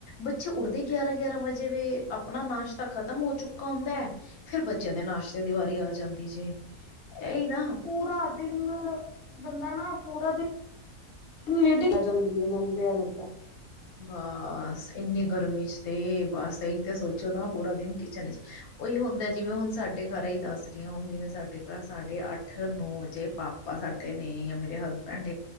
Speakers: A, on the left (about 70°); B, on the left (about 50°).
A: ਬੱਚੇ ਉੱਡਦੇ ਗਿਆਰਾਂ ਗਿਆਰਾਂ ਵਜੇ ਵੇ ਆਪਣਾ ਨਾਸ਼ਤਾ ਖ਼ਤਮ ਹੋ ਚੁੱਕਾ ਹੁੰਦਾ ਵੈ। ਫੇਰ ਬੱਚਿਆਂ ਦੇ ਨਾਸ਼ਤੇ ਦੀ ਵਾਰੀ ਆ ਜਾਂਦੀ ਜੇ ਇਹੀ ਨਾ
B: ਪੂਰਾ ਦਿਨ ਬੰਦਾ ਨਾ ਪੂਰਾ ਦਿਨ <unintelligible> ਆ ਜਾਂਦੀ ਐ ਮੈਨੂੰ ਤੇ ਐ ਲੱਗਦਾ।
A: ਬਸ ਇੰਨੀ ਗਰਮੀ ਚ ਤੇ ਬਸ ਇਹੀ ਤੇ ਸੋਚੋ ਨਾ ਪੂਰਾ ਦਿਨ ਕਿਚਨ ਉਹੀ ਹੁੰਦਾ ਜਿਵੇਂ ਹੁਣ ਸਾਡੇ ਘਰਾਂ ਹੀ ਦੱਸ ਰਹੀ ਹਾਂ ਹੁਣ ਜਿਵੇਂ ਸਾਡੇ ਘਰ ਸਾਡੇ ਅੱਠ ਨੌ ਵਜੇ ਪਾ <unintelligible> ਸਾਡੇ ਨੇ ਜਾਂ ਮੇਰੇ ਹਸਬੈਂਡ